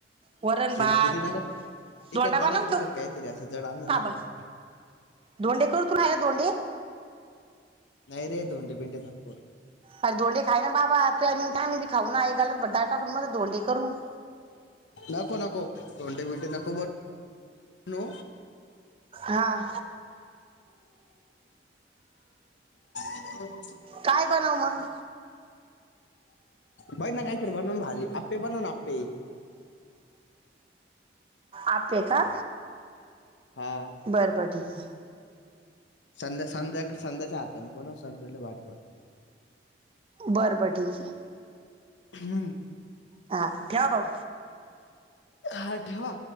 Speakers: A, on the right; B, on the left.
A: वरण
B: खिरपुरी
A: भात
B: नका तिखट
A: दोंडा
B: बनवा
A: बनवतो
B: तिखट काहीतरी असं जड आणणं नका
A: बाबा
B: बनवू.
A: दोंडे करु तुनाया दोंडे.
B: नाही रे, धोंडे बिंड नको.
A: अरे धोंडे खाय ना बाबा, तू बी खाऊ ना गालत भदार टाकून मग धोंडे करून.
B: नको नको धोंडे भिंडे, नको बन नो.
A: हां.
B: हम
A: काय बनव मग?
B: बहिणा काहीतरी बनवलं भारी, आप्पे बनवण आप्पे.. !
A: आप्पे हा
B: हा
A: बरबर. व <inaudible>
B: संध्या संध्या संध्या, च्या हातात नाही संध्या लय भारी करते.
A: बरं बर ठीक ये.
B: हम्
A: हा ठेव भाऊ.
B: हा ठेवा.